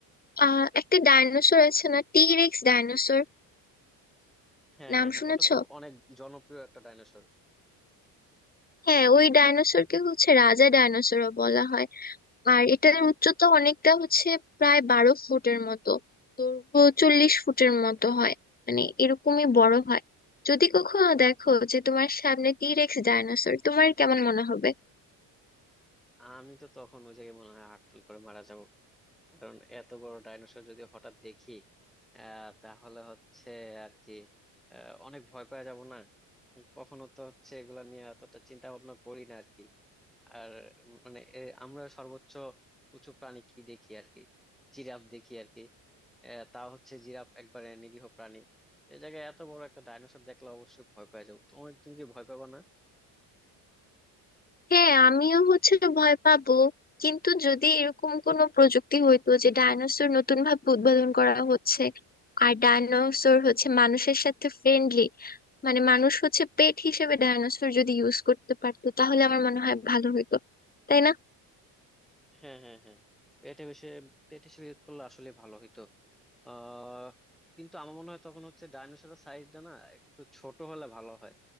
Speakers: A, on the left; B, in the centre.
A: আহ একটা ডাইনোসর আছে না টি রেক্স ডাইনোসর
B: হ্যাঁ
A: নাম
B: হ্যাঁ হ্যাঁ
A: শুনেছো
B: ওটা তো অনেক জনপ্রিয় একটা ডাইনোসর
A: হ্যাঁ ওই ডাইনোসরকে হচ্ছে রাজা ডাইনোসরও বলা হয় আর এটার উচ্চতা অনেকটা হচ্ছে প্রায় বারো ফুটের মতো দৈর্ঘ্য চল্লিশ ফুটের মতো হয় মানে এরকমই বড় হয় যদি কখনো দেখো যে তোমার সামনে টিরেক্স ডাইনোসর তোমার কেমন মনে হবে
B: আমি তো তখন ওই জায়গায় মনে হয় হার্টফেল করে মারা যাবো কারণ এত বড় ডাইনোসর যদি হঠাৎ দেখি আহ তাহলে হচ্ছে আর কি আহ, অনেক ভয় পাওয়া যাব না কখনো তো হচ্ছে এগুলা নিয়ে এতটা চিন্তা ভাবনা করি না আর কি আর মানে এ, আমরা সর্বোচ্চ উঁচু প্রাণী কি দেখি আর কি জিরাফ দেখি আর কি আহ, তা হচ্ছে জিরাফ একবারে নিরীহ প্রাণী এই জায়গায় এত বড় একটা ডাইনোসর দেখলে অবশ্যই ভয় পাওয়া যাবো তুমি তুমি কি ভয় পাবা না
A: হ্যাঁ আমিও হচ্ছে ভয় পাবো কিন্তু যদি এরকম কোনো প্রযুক্তি হইতো যে ডাইনোসর নতুন ভাবে উদ্ভাবন করা হচ্ছে আর ডাইনোসর হচ্ছে মানুষের সাথে ফ্রেন্ডলি মানে মানুষ হচ্ছে পেট হিসেবে ডাইনোসর যদি ইউজ করতে পারতো তাহলে আমার মনে হয় ভালো হতো তাই না
B: হ্যাঁ হ্যাঁ হ্যাঁ পেট হিসেবে পেট হিসেবে ইউজ করলে আসলে ভালো হইতো আহ কিন্তু আমার মনে হয় তখন হচ্ছে ডাইনোসরের সাইজটা না একটু ছোট হলে ভালো হয়